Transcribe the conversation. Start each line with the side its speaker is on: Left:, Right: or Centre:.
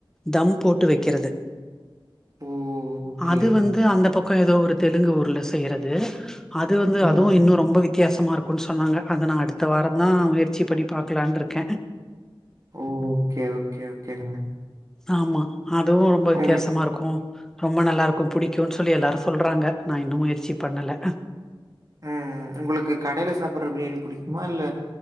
Centre: தம் போட்டு வெக்கிறது
Right: ஓ! ஓகே.
Centre: அது வந்து அந்த பக்கோ ஏதோ ஒரு தெலுங்கு ஊர்ல செய்றது அது வந்து
Right: ம்ஹ்ம்.
Centre: அதுவு இன்னு ரொம்ப வித்தியாசமா இருக் குன் சொன்னாங்க அத நா அடுத்த வார தா முயற்சி பண்ணி பாக்கலான்ட்ருக்கே
Right: ஓ ஓகே ஓகே ஓகேங்க
Centre: ஆமா அதுவு ரொம்ப வித்தியாசமா
Right: உங்களுக்கு
Centre: இருக்கு ரொம்ப நல்லா இருக்கு பிடிக்கும்ன் சொல்லி எல்லாரும் சொல்றாங்க நான் இன்னு முயற்சி பண்ணல
Right: ம் உங்குளுக்கு கடையில சாப்ற பிரியாணி புடிக்குமா இல்ல